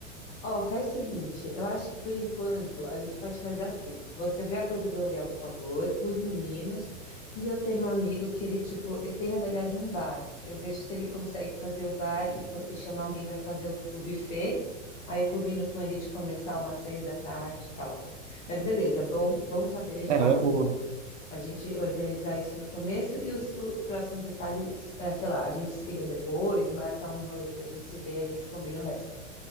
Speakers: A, on the left; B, on the right.
A: Ó, faz o seguinte, eu acho que por enquanto a gente pode fazer assim. Você vê a coisa do aluguel, por favor, os meninos, e eu tenho um amigo que ele, tipo, ele tem, na verdade, um bar. Eu vejo se ele consegue fazer o bar e, co- e chamar alguém para fazer o, o buffet. Aí eu combino com ele de começar umas seis da tarde e tal. Mas beleza, bom, bom saber já
B: É, uma boa.
A: a gente organizar isso no começo e os, os próximos detalhes, eh, sei lá, a gente se liga depois, marca um rolê para a gente se ver, a gente combina o resto,